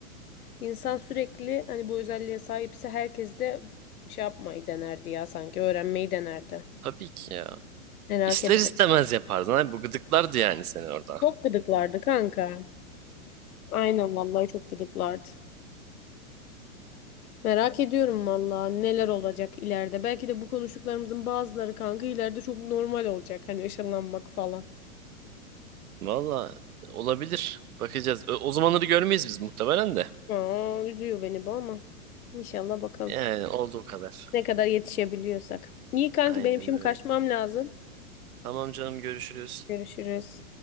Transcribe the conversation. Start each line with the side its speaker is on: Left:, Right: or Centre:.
Left: insan sürekli hani bu özelliğe sahipse herkes de şey yapmayı denerdi ya sanki öğrenmeyi denerdi
Right: Tabii ki ya.
Left: merak
Right: İster
Left: ederim.
Right: istemez yapardın abi. Bu gıdıklardı yani seni orada.
Left: Çok gıdıklardı kanka. Aynen vallahi çok gıdıklardı. Merak ediyorum vallahi neler olacak ileride. Belki de bu konuştuklarımızın bazıları kanka ileride çok normal olacak. Hani ışınlanmak falan.
Right: Valla olabilir. Bakacağız. O, o zamanları görmeyiz biz muhtemelen de.
Left: Aa, üzüyor beni bu ama. İnşallah bakalım.
Right: Yani olduğu kadar.
Left: Ne kadar yetişebiliyorsak. İyi kanki
Right: Aynen
Left: benim şimdi
Right: öyle.
Left: kaçmam lazım.
Right: Tamam canım görüşürüz.
Left: Görüşürüz.